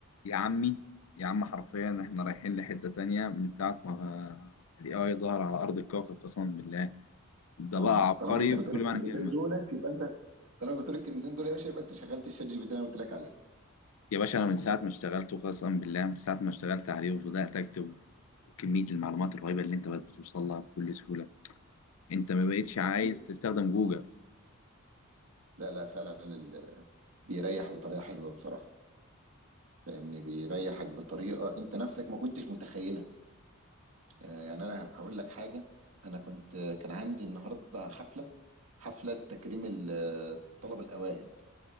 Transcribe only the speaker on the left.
يا عمي يا عم حرفيا احنا رايحين لحتة تانية من ساعة ما ال AI ظهر على أرض الكوكب قسما بالله ده
بقى عبقري
بكل
معنى كلمة
يا باشا أنا من ساعة ما اشتغلته قسما بالله من ساعة ما اشتغلت عليه وبدأت أكتب وكمية المعلومات الرهيبة اللي أنت بقت بتوصل لها بكل سهولة أنت ما بقتش عايز
تستخدم جوجل